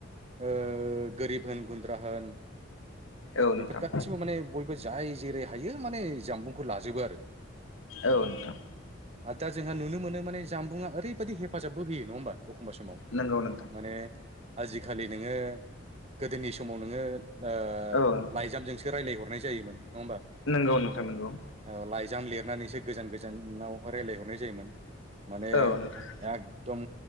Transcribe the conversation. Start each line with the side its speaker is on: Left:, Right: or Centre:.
Right: ओ गोरिब होन गुन्द्रा होन
Left: औ
Right: बेफोर
Left: नोंथां
Right: गासिबो माने बयबो जाय जेरै हायो माने जामबुंखौ लाजोबो आरो।
Left: औ नोंथां।
Right: आद दा जोंहा नुनो मोनो माने जामबुङा ओरैबायदि हेफाजाबबो होयो। नङा होमबा? अखमबा समाव।
Left: नंगौ नोंथां
Right: माने आजिखालि नोङो गोदोनि समाव नोङो ओ
Left: औ नोंथां
Right: लाइजामजोंसो रायलायहरनाय जायोमोन। नङा होमबा?
Left: नंगौ नोंथां नंगौ
Right: ओ लाइ जाम लिरनानैसो गोजान गोजानावहाय लायराय हरनाय जायोमोन। नाबे
Left: औ नोंथां
Right: एकदम